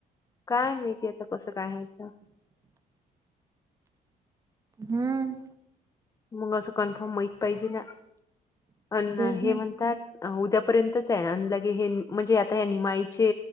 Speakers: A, on the left (about 20°); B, on the right (about 20°).
A: काय मिीती आता कसं काय आहेथ
B: हम्म
A: मग असं कन्फर्म माहत पाहिजे ना अ
B: तेच
A: हे
B: ना
A: म्हणतात उद्यापर्यंतच आहे आणि लगे हे म्हणजे आता या निमाईचे